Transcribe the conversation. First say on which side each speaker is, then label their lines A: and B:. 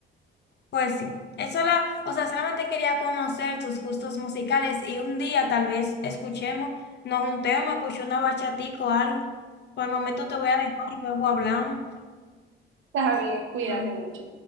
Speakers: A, on the left (about 60°); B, on the right (about 75°).
A: Pues sí, eso la, o sea, solamente quería conocer tus gustos musicales y un día tal vez escuchemos, nos juntemos, escuchemos una bachatica o algo. Por el momento te voy a dejar y luego hablamos.
B: También, cuídate
A: No.
B: mucho.